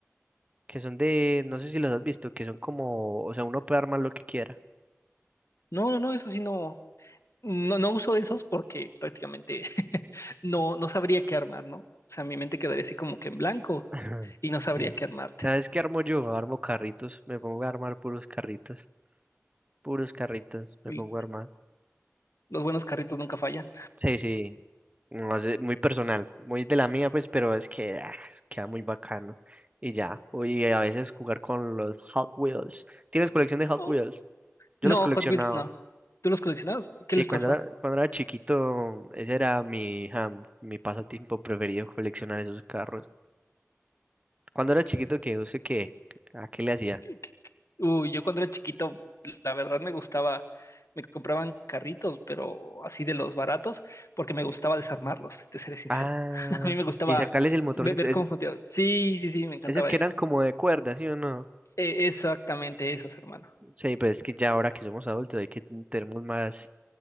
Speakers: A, on the right; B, on the left.
A: que son de, no sé si los has visto, que son como, o sea, uno puede armar lo que quiera.
B: No, no, no, eso sí no, No, no uso esos porque prácticamente <laughs> no, no sabría qué armar, ¿no? O sea, mi mente quedaría así como que en blanco
A: Ajá.
B: y no sabría
A: Sí.
B: qué armarte.
A: ¿Sabes qué armo yo? Armo carritos, me pongo a armar puros carritos, puros carritos, me
B: L-
A: pongo a armar.
B: Los buenos carritos nunca fallan.
A: Sí, sí, no sé, muy personal, muy de la mía, pues, pero es que ah, es- queda muy bacano. Y ya, y a veces jugar con los Hot Wheels. ¿Tienes colección de Hot
B: Oh,
A: Wheels? Yo
B: No,
A: los coleccionaba.
B: Hot Wheels no. ¿Tú los coleccionabas? ¿Qué
A: Sí,
B: les
A: cuando
B: pasó?
A: era, cuando era chiquito, ese era mi, ja, mi pasatiempo preferido, coleccionar esos carros. Cuando era chiquito, ¿qué? ¿Usted qué? ¿A qué le hacía?
B: ¿Qué- qué- qué? Uy, yo cuando era chiquito, la verdad me gustaba, me compraban carritos, pero así de los baratos, porque me gustaba desarmarlos, te seré sincero.
A: Ah,
B: <laughs> A mí me gustaba
A: y sacarles el motorcito.
B: ve- ver
A: es-
B: cómo funcionaba. Sí, sí, sí, me encantaba
A: esos que
B: eso.
A: eran como de cuerda, ¿sí o no?
B: Eh, exactamente esos, hermano.
A: Sí, pues es que ya ahora que somos adultos hay que tenemos más